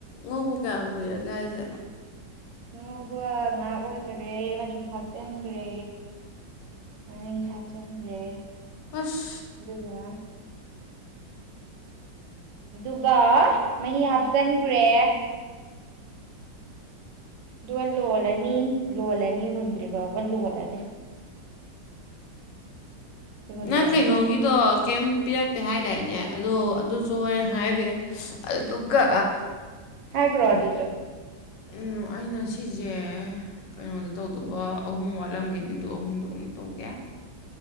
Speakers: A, on the left; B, on the right.
A: ꯉꯧꯕ ꯀꯌꯥꯝ ꯀꯨꯏꯔꯒꯦ ꯍꯥꯏꯁꯦ
B: ꯑꯉꯧꯕ ꯉꯥꯛ ꯑꯣꯏꯒꯔꯦ ꯃꯆꯨ ꯊꯥꯛꯆꯤꯟꯒ꯭ꯔꯦ ꯉꯥꯔꯤ ꯊꯥꯛꯆꯟꯒ꯭꯭ꯔꯦ
A: ꯑꯁ
B: ꯑꯗꯨꯗꯨꯒ ꯑꯗꯨꯒ ꯃꯍꯤ ꯍꯥꯞꯆꯟꯒ꯭ꯔꯦ ꯑꯗꯨꯒ ꯂꯣꯜꯂꯅꯤ ꯂꯣꯜꯂꯅꯤ ꯃꯨꯟꯗ꯭ꯔꯤꯐꯥꯎꯕ ꯂꯣꯜꯂꯅꯤ ꯑꯗꯨꯒ
A: ꯅꯪ
B: ꯂꯣꯏꯔꯅꯤ
A: ꯀꯩꯅꯩꯅꯣꯒꯤꯗꯣ ꯀꯩꯝ ꯄꯤꯔꯛꯇꯦ ꯍꯥꯏꯗꯥꯏꯅꯦ ꯑꯗꯣ ꯑꯗꯨꯁꯨ ꯍꯣꯔꯦꯟ ꯍꯥꯏꯔꯒꯦ ꯑꯗꯨꯒ
B: ꯍꯥꯏꯒ꯭ꯔꯣ ꯑꯗꯨꯁꯨ
A: ꯎꯝ ꯑꯩꯅ ꯁꯤꯁꯦ ꯀꯩꯅꯣꯗ ꯇꯧꯗꯧꯕ ꯑꯍꯨꯝ ꯋꯥꯠꯂꯝꯒꯤꯅꯤ ꯑꯗꯨ ꯑꯍꯨꯝꯗꯨꯒ ꯇꯧꯒꯦ